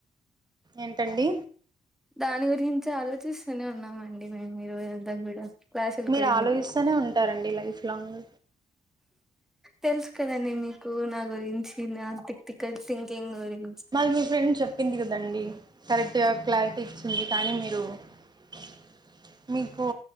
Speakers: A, on the right; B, in the centre.
A: ఏంటండి
B: దాని గురించే ఆలోచిస్తూనే ఉన్నామ <unintelligible> క్లాస్ లు
A: మీరు
B: కుడి
A: ఆలోచిస్తూనే
B: ముందు
A: ఉంటారండి లైఫ్ లాంగ్
B: తెలుసు కదండి మీకు నా గురించి నా ప్రిక్టికల్ థింకింగ్ గురిం
A: మల్ మీ ఫ్రెండ్ చెప్పింది కదండి కరెక్ట్గా క్లారిటీ ఇచ్చింది కానీ మీరు <inaudible> మీకు